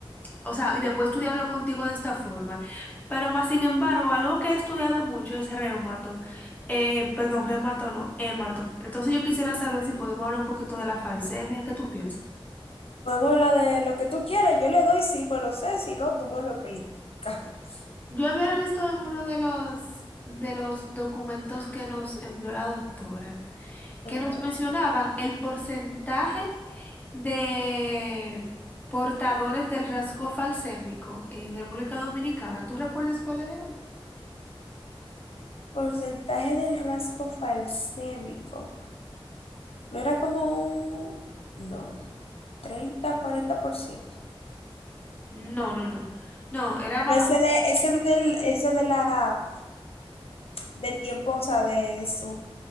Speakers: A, on the left; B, on the left.
A: o sea, y después estudiarlo contigo de esta forma. Pero más sin embargo, algo que he estudiado mucho es reumato. Eh, perdón, reumato no, hemato. Entonces yo quisiera saber si podemos hablar un poquito de la falsemia, ¿qué tú piensas?
B: Podemos hablar de lo que tú quieres, yo le doy si me lo sé, si no, tú me lo explicas. <laughs>
A: Yo había visto en uno de los de los documentos que nos envió la doctora,
B: Ajá.
A: que nos mencionaban el porcentaje de portadores del rasgo falsémico en República Dominicana. ¿Tú recuerdas cuál era?
B: Porcentaje del rasgo falsémico. No era como un... No, cuarenta por ciento
A: No, no, no. No, era
B: Pero
A: más
B: ese de, ese del, ese de la, del tiempo, o sea, de su